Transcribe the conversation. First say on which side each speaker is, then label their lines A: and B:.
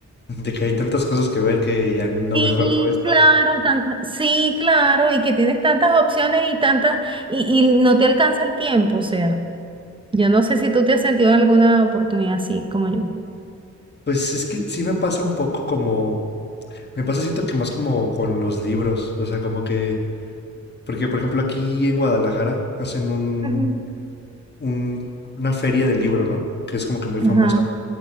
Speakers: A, on the left; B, on the right.
A: De que hay tantas cosas que ver que ya no
B: Sí,
A: mejor no ves nada.
B: claro, tantas, sí, claro, y que tienes tantas opciones y tantas, y, y no te alcanza el tiempo, o sea, yo no sé si tú te has sentido en alguna oportunidad así como yo.
A: Pues es que sí me pasa un poco como, me pasa siento que más como con los libros, o sea, como que, porque por ejemplo aquí en Guadalajara hacen un,
B: Ujú.
A: un- una feria del libro, ¿no? Que es como que muy
B: Ajá.
A: famosa,